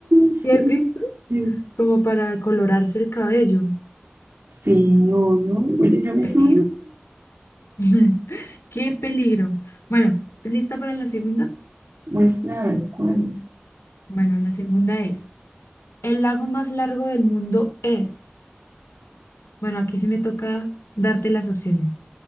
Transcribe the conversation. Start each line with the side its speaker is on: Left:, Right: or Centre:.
Right: sí,
Left: ¿Sí has
Right: sí,
Left: visto?
Right: sí.
Left: Como para colorarse el cabello.
Right: Sí, obvio. Oye, yo
Left: Qué
Right: me
Left: peligro.
Right: quedo.
Left: <laughs> Qué peligro. Bueno, ¿lista para la segunda?
Right: Muestra a ver cuál es.
Left: Bueno, la segunda es, el lago más largo del mundo es. Bueno, aquí sí me toca darte las opciones.